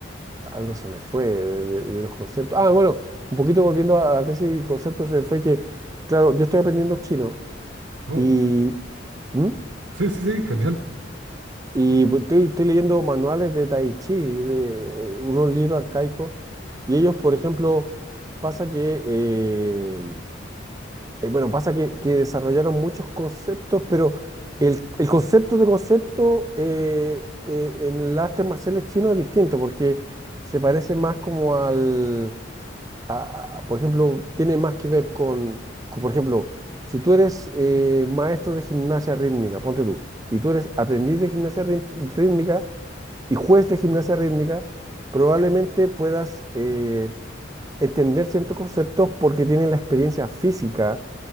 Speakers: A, on the right; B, on the right.
A: algo se me fue de, de- de los conceptos. Ah, bueno, un poquito volviendo a, a la tesis de conceptos, se me fue que, claro, yo estoy aprendiendo chino
B: Oh,
A: y, ¿Mm?
B: sí, sí, sí, genial.
A: y pues estoy, estoy leyendo manuales de Tai Chi, de eh, unos libros arcaicos, y ellos, por ejemplo, pasa que, eh, eh, bueno, pasa que, que desarrollaron muchos conceptos, pero el, el concepto de concepto eh, eh, en el arte marcial chino es distinto, porque se parece más como al a- a- por ejemplo, tiene más que ver con, con, por ejemplo, si tú eres eh, maestro de gimnasia rítmica, ponte tú, y tú eres aprendiz de gimnasia rí- rítmica y juez de gimnasia rítmica, probablemente puedas eh, entender ciertos conceptos porque tienen la experiencia física,